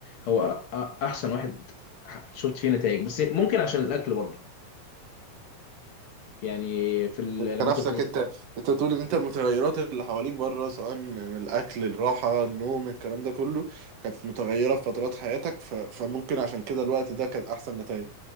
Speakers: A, on the left (about 60°); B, on the right (about 65°).
A: هو أ- أ- احسن واحد ح- شفت فيه نتائج بس ممكن عشان الاكل برضه يعني في ال...
B: انت
A: لما
B: نفسك
A: كنت بت-
B: انت انت بتقول ان انت المتغيرات اللي حواليك بره سواء من الاكل الراحه النوم الكلام ده كله كانت متغيره في فترات حياتك ف... فممكن عشان كده الوقت ده كان احسن نتائج